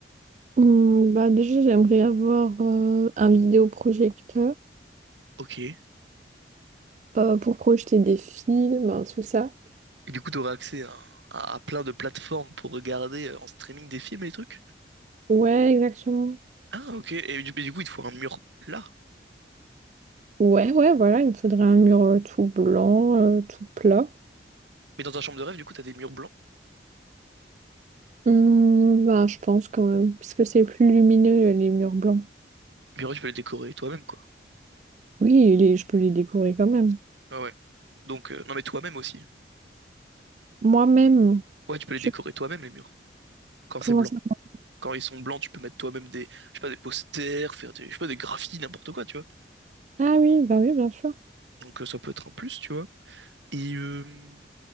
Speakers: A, on the right; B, on the right.
A: Hum, bah déjà, j'aimerais avoir euh, un vidéoprojecteur
B: Ok. Et
A: euh, pour projeter des films, hein, tout ça.
B: du coup, t'aurais accès à, à- à plein de plateformes pour regarder euh, en streaming des films et des trucs?
A: Ouais, exactement.
B: Ah, ok. Et du, mais du coup, il te faut un mur plat.
A: Ouais, ouais, voilà, il me faudrait un mur euh, tout blanc, euh, tout plat.
B: Mais dans ta chambre de rêve, du coup, t'as des murs blancs.
A: Hum, bah, je pense quand même, parce que c'est plus lumineux, euh, les murs blancs.
B: Les murs, tu peux les décorer toi-même, quoi.
A: Oui, les- je peux les décorer quand même.
B: Ah ouais. Donc, euh, non, mais toi-même aussi.
A: Moi-même,
B: Ouais, tu peux les décorer
A: je
B: toi-même, les murs. Quand c'est
A: commence
B: blanc.
A: à...
B: Quand ils sont blancs, tu peux mettre toi-même des, je sais pas, des posters, faire des, je sais pas, des graphies, n'importe quoi, tu vois.
A: Ah oui, bah oui, bien sûr.
B: Donc, euh, ça peut être un plus, tu vois. Et, euh,